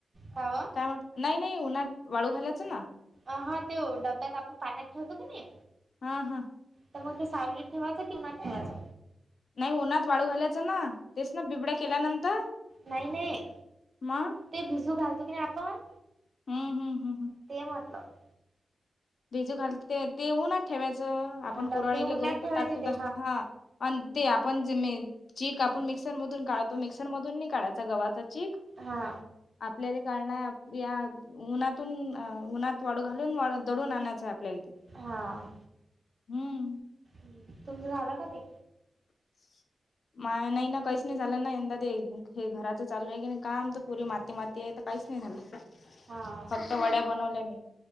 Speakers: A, on the right; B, on the left.
A: का व
B: काय म्हणलं. नाही नाही उन्हाट वाळू घालायचं ना
A: अहा ते डब्यात आपण पाण्यात ठेवतो कनय
B: हा-हा
A: तर मग ते सावलीत ठेवायच की उन्हात ठेवायच
B: नाही उन्हात वाळू घालायचं ना तेच ना बिबड्या केल्यानंतर
A: नाही -नाही
B: मग
A: ते भिजू घालतो की नाही आपण
B: हम- हम-हम-हम
A: ते म्हटलं
B: भिजू घालत ते ऊनात ठेवायचं
A: हा
B: आपण
A: डब्बे
B: कुराळला
A: उन्हात
B: गहू
A: ठेवायचे
B: टाकतो
A: ते
B: तसं हा अन ते आपण जे म चीक आपण मिक्सर मधून काढतो मिक्सर मधून नाही काढायचा गव्हाचा चीक
A: हा
B: आपल्याला गाळण आहे या उन्हातून-उन्हात वाडू घालून वाळत दडून आणायचं आहे आपल्याला ते
A: हा
B: हम्म
A: तुमचं झालं का ते
B: ह माझ नाही ना काहीच नाही झालं ना यंदा ते हे घराचं चालू आहे की काम तर पुरी माती-माती आहे तर काहीच नाही झालं
A: हा
B: फक्त वड्या बनवल्या मी